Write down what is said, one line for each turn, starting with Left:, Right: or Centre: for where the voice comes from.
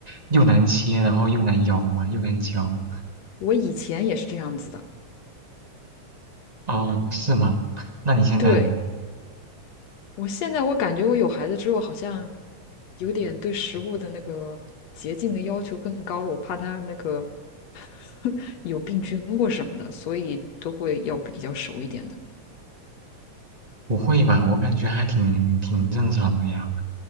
Right: 又难切，然后又难咬嘛，又难嚼。
Left: 我以前也是这样子的。
Right: 哦，是吗？那你现在呢？
Left: 对，我现在我感觉我有孩子之后，好像有点对食物的那个洁净的要求更高了，我怕他那个 <laughs> 有病菌或什么的，所以都会要比较熟一点的。
Right: 不会吧？我感觉还挺挺正常的呀。